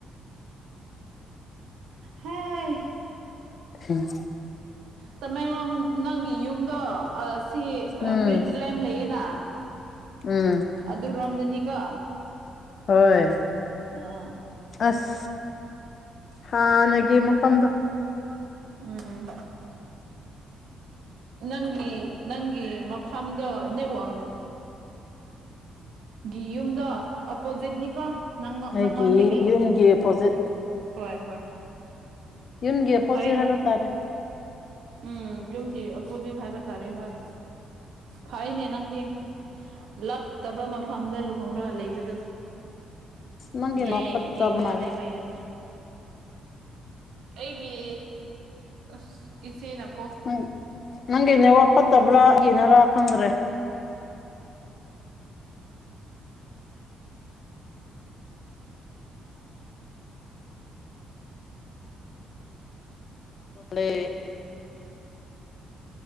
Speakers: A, on the right (about 80°); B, on the left (about 55°).
A: ꯍꯦ
B: ꯎꯝ
A: ꯇꯃꯦꯡꯂꯣꯡ ꯅꯪꯒꯤ ꯌꯨꯝꯗꯣ ꯁꯤ
B: ꯎꯝ
A: ꯄ꯭ꯔꯤꯠꯂꯦꯝ ꯂꯩꯌꯦꯅ
B: ꯎꯝ
A: ꯑꯗꯨ ꯔꯣꯝꯗꯅꯤꯀꯣ
B: ꯍꯣꯏ
A: ꯑꯥ
B: ꯑꯁ ꯍꯥꯟꯅꯒꯤ ꯃꯐꯝꯗꯣ
A: ꯎꯝ ꯎꯝ ꯅꯪꯒꯤ ꯅꯪꯒꯤ ꯃꯐꯝꯗꯣ ꯅꯦꯠꯋꯥꯡ ꯒꯤ ꯌꯨꯝꯗꯣ ꯑꯄꯣꯖꯤꯠꯅꯤꯀꯣ
B: ꯑꯩꯒꯤ
A: ꯅꯪꯉꯣꯟꯗꯒꯤ
B: ꯌꯨꯝꯒꯤ ꯑꯄꯣꯖꯤꯠ
A: ꯍꯣꯏ ꯍꯣꯏ
B: ꯌꯨꯝꯒꯤ ꯄꯣꯠꯁꯩ
A: ꯐꯩꯅꯦ
B: ꯍꯥꯏꯕ ꯇꯥꯔꯦ
A: ꯎꯝ ꯌꯨꯝꯗꯤ ꯑꯣꯄꯣꯖꯤꯠ ꯍꯥꯏꯕ ꯇꯥꯔꯦ ꯍꯣꯏ ꯐꯥꯏꯅꯦ ꯅꯪꯗꯤ ꯂꯞ ꯇꯕ ꯃꯐꯝꯗ ꯂꯨꯍꯣꯡꯅꯒ ꯂꯩꯕꯗꯨ
B: ꯅꯪꯒꯤ ꯅꯦꯠꯋꯥꯛ
A: ꯌꯦ
B: ꯐꯠꯇꯕ
A: ꯌꯦꯅꯤꯡꯗꯒ
B: ꯃꯥꯜꯂꯦ
A: ꯂꯩꯕꯩ ꯌꯥꯦ ꯑꯩꯒꯤ ꯑ ꯏꯁꯤ ꯅ
B: ꯎ ꯅꯪꯒꯤꯅꯦ ꯋꯥ ꯐꯠꯇꯕ꯭ꯔꯥ ꯌꯦꯅꯔꯥ ꯈꯪꯗ꯭ꯔꯦ ꯀ꯭ꯂꯦ